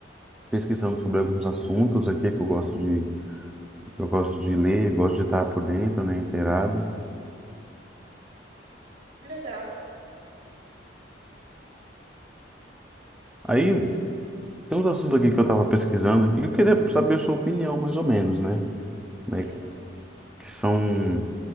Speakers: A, in the centre; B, on the right.
A: pesquisando sobre alguns assuntos aqui que eu gosto de, que eu gosto de ler, gosto de estar por dentro, né? Inteirado.
B: Que legal.
A: Aí tem uns assuntos aqui que eu estava pesquisando e eu queria saber a sua opinião, mais ou menos, né? Né,
B: Sim.
A: Que que são